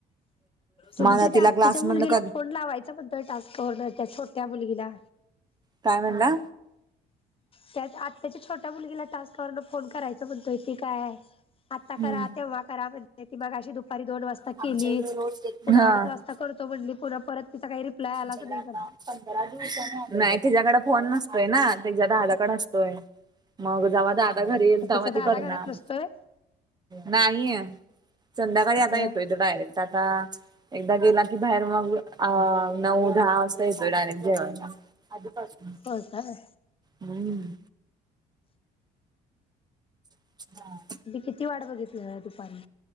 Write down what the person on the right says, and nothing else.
माझा
तिला
क्लास
मधन कधी
काय म्हणला?
हम्म.
आमच्या
इकडे रोज येत हा.
जेवला
का?
नाही त्याच्याकड फोन नसतोय ना त्याच्या दादाकडे असतोय. मग जेव्हा दादा घरी येईल
तेव्हा
ती करणार.
नाहीे संध्याकाळी आता
येतोय तो डायरेक्ट. आता एकदा गेला की बाहेर मग अ नऊ दहा वाजता येतोय डायरेक्ट जेवायला आजीपासून. <unintelligible>
हम्म. <unintelligible>